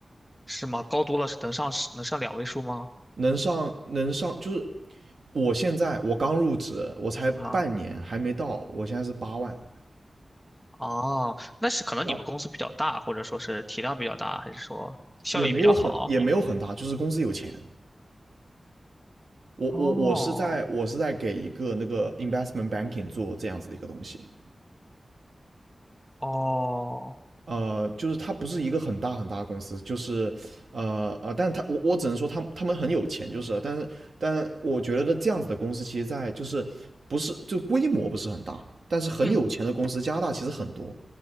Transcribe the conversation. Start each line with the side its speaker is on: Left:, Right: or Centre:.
Centre: 是吗？高多了是能上能上两位数吗？
Right: 能上能上就是我现在我刚入职，我才半年还没到，
Centre: 啊，
Right: 我现在是八万，
Centre: 哦，那是可能你们公司比较大，
Right: 然后
Centre: 或者说是体量比较大，还是说效益比较好？
Right: 也没有很也没有很大，就是公司有钱，我我我是在我是在给一个那个
Centre: 哦，
Right: investment banking 做这样子的一个东西，
Centre: 哦。
Right: 呃，就是他不是一个很大很大的公司，就是呃呃，但他我我只能说他们他们很有钱，就是，但是但我觉得这样子的公司其实在就是不是就规模不是很大，但是很有钱的公司，
Centre: 嗯。
Right: 加拿大其实很多。